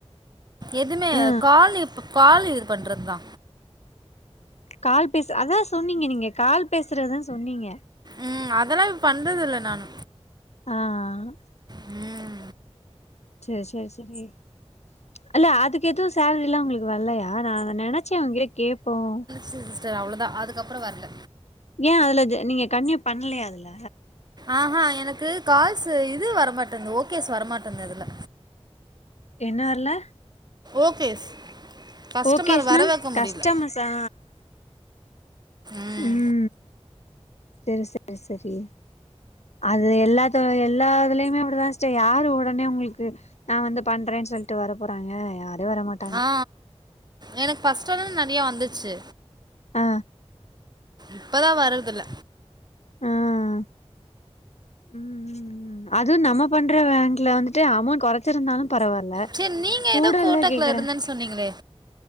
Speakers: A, on the right; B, on the left.
A: எதுல
B: ஆ
A: கால் இப்ப கால் இது பண்றது தா
B: கால் பேச அத்தா சொன்னீங்க நீங்க கால் பேசுறதுதா சொன்னீங்க
A: ம் அதெல்லா இப்ப பண்றதில்ல நானு
B: ஆ ஆ
A: உம்
B: சேர் சேர் சேரி அல்ல அதுக்கு எதும் சேலரி எல்லா உங்ளுக் வல்லையா நான் நினைச்சேன் அங்கேயே கேடப்போம்
A: ச சிஸ்டர் அவ்வள தான் அதுக்கப்புறம் வரல
B: ஏன் அதுல நீங்க கண்டிணியு பண்லையா அதுல
A: ஆஹா எனக்கு கால்ஸ் இது வரமாட்டேந்தது ஓகேஸ் வரமாட்டேந்தது அதில
B: எனரல
A: ஓகேஸ் கஸ்டமர்
B: ஓகேஸ்னா
A: வர வைக்க
B: கஸ்டமர்ஸ்
A: முடியல
B: ஆ
A: ம்
B: உம் சரி சரி சரி அது எல்லாத்த எல்லா இதுலயுமே அப்படிதான் சிஸ்டர் யாரு உடனே உங்களுக்கு நான் வந்து பண்றேன்னு சொல்லிட்டு வர போறாங்க யாரும் வர மாட்
A: ஆ எனக்கு ஃபர்ஸ்ட் உள்ளது நெறய வந்துச்சு
B: ஆ
A: இப்பதான் வர்றதில்ல
B: ம் உம்ம்ம் அதுவும் நம்ம பண்ற பேங்க்ல வந்துட்டு அமௌண்ட் கொறைச்சிருந்தாலும் பரவால்ல
A: சரி நீங்க
B: கூடல்ல
A: ஏதோ கோட்டாக்குல
B: கேக்குற
A: இருந்தன்னு சொன்னீங்களே